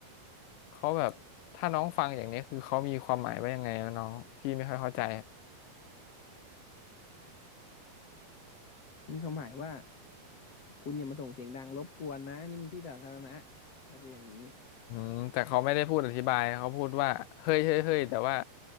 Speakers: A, on the left (about 80°); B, on the left (about 40°).
A: เขาแบบถ้าน้องฟังอย่างเนี้ยคือเขามีความหมายว่ายังไงวะน้องพี่ไม่ค่อยเข้าใจ
B: มีคำหมายว่าคุณอย่ามาส่งเสียงดังรบกวนนะนี่มันที่สาธารณะก็จะอย่างนี้
A: อืมแต่เขาไม่ได้พูดอธิบายเขาพูดว่าเฮ้ยเฮ้ยเฮ้ยแต่ว่า